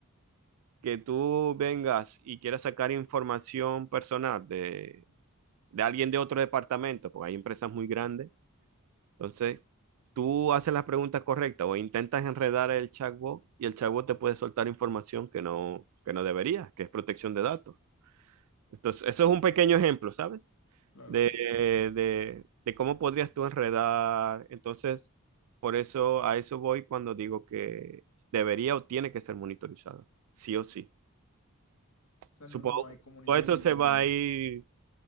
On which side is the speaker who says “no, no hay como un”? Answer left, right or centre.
Left